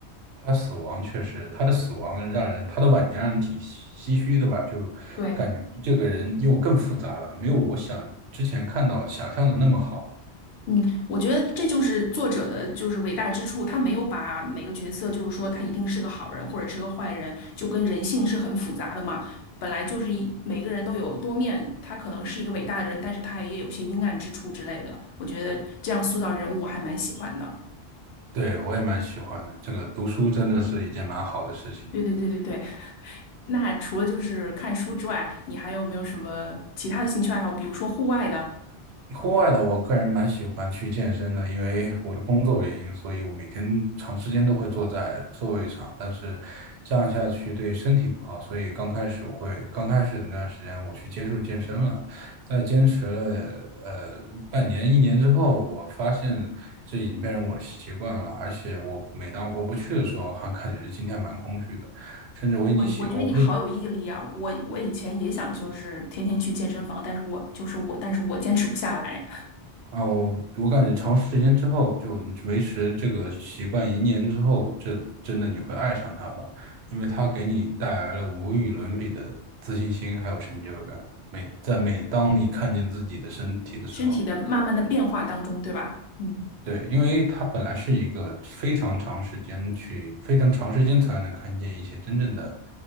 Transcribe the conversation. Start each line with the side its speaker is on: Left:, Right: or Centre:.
Right: 他死亡确实，他的死亡让人他的晚年让人挺唏嘘的吧，就感觉这个人又更复杂了，
Left: 对，
Right: 没有我想之前看到想象的那么好了。
Left: 嗯，我觉得这就是作者的就是伟大之处，他没有把每个角色就是说他一定是个好人或者是个坏人，就跟人性是很复杂的嘛。本来就是一每个人都有多面，他可能是一个伟大的人，但是他也有些阴暗之处之类的。我觉得这样塑造人物我还蛮喜欢的。
Right: 对，我也蛮喜欢的，这个读书真的是一件蛮好的事情。
Left: 对对对对对。那除了就是看书之外，你还有没有什么其他的兴趣爱好？比如说户外的。
Right: 户外的，我个人蛮喜欢去健身的，因为我的工作原因，所以我每天长时间都会坐在座位上，但是这样下去对身体不好，所以刚开始我会，刚开始那段时间我去接触健身了，在坚持了呃半年一年之后，我发现这已经变成我的习惯了，而且我每当我不去的时候，还感觉今天蛮空虚的，甚至我已经喜，
Left: 哇，我觉得你好有毅力啊！
Right: 我
Left: 我我以前也想就是天天去健身房，但是我就是我，但是我坚持不下来，
Right: 哦，我感觉长时间之后，就你维持这个习惯一年之后，这真的你会爱上它吧？因为它给你带来了无与伦比的自信心，还有成就感。每在每当你看见自己的身体的时候。
Left: <laughs> 身体的慢慢的变化当中，对吧？嗯
Right: 对，因为它本来是一个非常长时间去，非常长时间才能看见一些真正的，